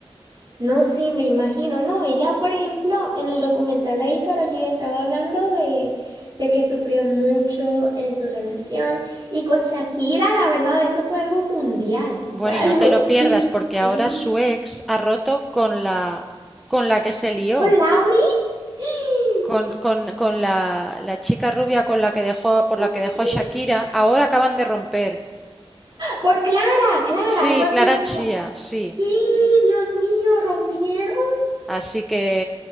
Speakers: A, on the right; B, in the centre.
A: No, sí, me imagino. No, ella, por ejemplo, en el documental ahí, Karol G estaba hablando de, de que sufrió mucho en su relación. Y con Shakira, la verdad, eso fue algo mundial.
B: Bueno,
A: Fue algo
B: y no te
A: <laughs>
B: lo pierdas,
A: increíble.
B: porque ahora su ex ha roto con la, con la que se lió,
A: ¿Con Lauri? <gasps>
B: con, con- con la, la chica rubia con la que dejó, por
A: Sí,
B: la que dejó
A: sí.
B: a Shakira. Ahora acaban de romper.
A: Por Clara, Clara,
B: Sí,
A: algo así.
B: Clara Chía,
A: decía.
B: sí.
A: Sí, Dios mío, rompieron.
B: Así que